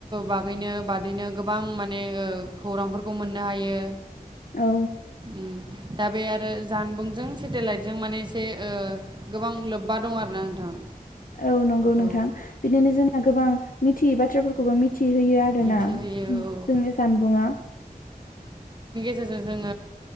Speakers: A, on the right; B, on the left.
A: बागैनो बादैनो गोबां माने खौरांफोरखौ मोननो हायो
B: औ
A: उम दा बे आरो जानबुंजों सेटेलाइटजों माने एसे ओ गोबां लोब्बा दं आरोना नोंथां
B: औ नंगौ नोंथां
A: औ
B: बिदिनो जोंना गोबां मिथियै बाथ्राफोरखौबो मिथि थिहोयो आरो
A: मिथिहोयो
B: ना जोंनि
A: औ
B: जानबुङा
A: जों जोङोह